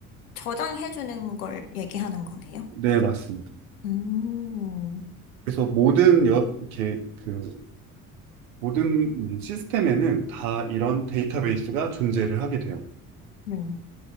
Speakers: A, on the left; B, on the right.
A: 저장해주는 걸 얘기하는 거네요?
B: 네, 맞습니다.
A: 음,
B: 그래서 모든 여, 이렇게 그 모든 이제 시스템에는 다 이런 데이터베이스가 존재를 하게 돼요.
A: 네.